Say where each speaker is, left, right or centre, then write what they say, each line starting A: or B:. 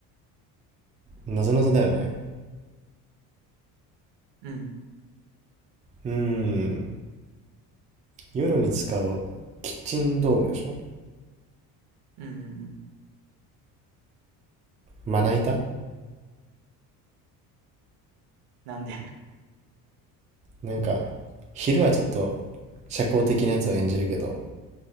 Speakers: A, on the right; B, on the right.
A: なぞなぞだよね。
B: うん、
A: うーん。夜に使うキッチン道具でしょ
B: うん、うんうん。
A: まな板
B: なんで <laughs>
A: なんか、昼はちょっと社交的なやつを演じるけど、